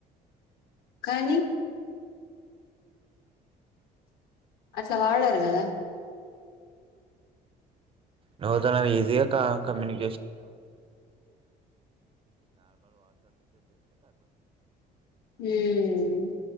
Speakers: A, on the left; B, on the right.
A: కానీ అట్లా వాడారు కదా
B: నువ్వుతన ఈజీగా కమ్యూని
A: ఉమ్